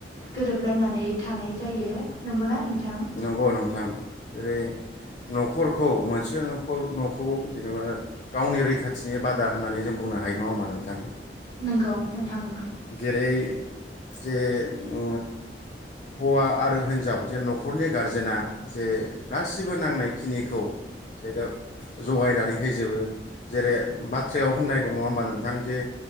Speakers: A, on the left; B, on the left.
A: गोरोबलायनानै थानाय जायो। नंगौना नोंथां?
B: नंगौ नोंथां जेरै न'खर खौ मोनसे न'खर न'खौ जेनेबा गावनि रैखाथिनि बादा होननानै जों बुंनो हायो नङा होनबा नोंथां?
A: नंगौ नोंथां नंगौ
B: जेरै जे ओ हौवा आरो हिनजाव जेन नख खरनि गारजेना जे गासिबो नांनाय खिनिखौ जेग जगायनानै होजोबो जेरै बाथ्रायाव होननाय दङ होनबा नोंथां जे